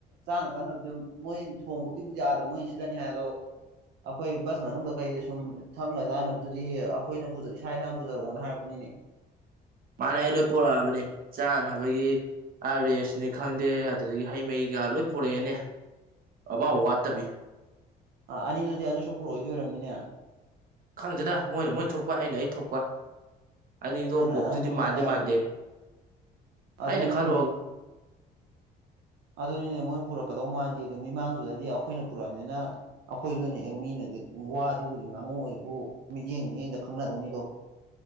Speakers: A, on the right; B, on the right.
A: ꯆꯥꯅ ꯊꯛꯅꯕꯗꯤ ꯃꯣꯏ ꯊꯣꯡꯕꯒꯤꯕꯨꯗꯤ ꯑꯥꯗ ꯃꯣꯏ ꯑꯣꯏꯅ ꯁꯤꯜꯂꯅꯤ ꯍꯥꯏ ꯑꯗꯣ ꯑꯩꯈꯣꯏ ꯕꯁ ꯃꯅꯨꯡꯗ ꯀꯩꯗ ꯁꯨꯝ ꯊꯛꯅ ꯆꯥꯅꯕꯗꯨꯗꯤ ꯑꯩꯈꯣꯏꯅ ꯏꯁꯥ ꯏꯁꯥꯅ ꯄꯨꯖꯔꯛꯑꯣꯅ ꯍꯥꯏꯔꯛꯄꯅꯤꯅꯦ <unintelligible>
B: ꯃꯥꯅ ꯑꯩ ꯂꯣꯏ ꯄꯣꯔꯛꯑꯕꯅꯦ ꯆꯥꯅꯕꯒꯤ ꯍꯥꯏꯔꯦ ꯁꯤꯅꯦ ꯈꯪꯗꯦ ꯑꯗꯨꯗꯒꯤ ꯍꯩ ꯃꯍꯩꯒ ꯂꯣꯏ ꯄꯨꯔꯛꯑꯦꯅꯦ ꯑꯕꯥ ꯋꯥꯠꯇꯕꯤ
A: ꯑꯥ ꯑꯅꯤꯗꯨꯗꯤ ꯑꯗꯨꯁꯨ ꯄꯨꯔꯛꯑꯣꯏꯗꯣꯏꯔꯝꯅꯤꯅꯦ
B: ꯈꯪꯗꯦꯗ ꯃꯣꯏꯅ ꯃꯣꯏ ꯊꯣꯛꯄ ꯑꯩꯅ ꯑꯩ ꯊꯣꯛꯄ ꯑꯅꯤꯗꯣ
A: ꯅꯪꯅ
B: ꯄꯣꯛꯇꯨꯗꯤ
A: ꯑꯔꯥꯡ ꯊꯣꯛꯄ
B: ꯃꯥꯟꯗꯦ
A: ꯍꯥꯏꯔꯔꯣꯏꯅꯦ
B: ꯃꯥꯟꯗꯦ
A: ꯑꯗꯨꯅꯤꯅꯦ
B: ꯑꯅꯦ ꯈꯜ ꯋꯥꯒ
A: ꯑꯗꯨꯅꯤꯅꯦ ꯃꯣꯏꯅ ꯄꯨꯔꯛꯀꯗꯧ ꯃꯥꯟꯗꯦ ꯑꯗꯨ ꯃꯤꯃꯥꯡꯗꯨꯗꯗꯤ ꯑꯩꯈꯣꯏꯅ ꯄꯨꯔꯛꯑꯕꯅꯤꯅ ꯑꯩꯈꯣꯏꯗꯨꯅꯦ ꯃꯤꯅꯅꯦ ꯋꯥꯗꯤꯕꯨꯖꯤꯛ ꯉꯥꯡꯉꯨ ꯑꯩꯕꯨ ꯃꯤꯠꯌꯦꯡ ꯃꯤꯠꯌꯦꯡꯗ ꯈꯪꯅꯗꯧꯅꯤꯗꯣ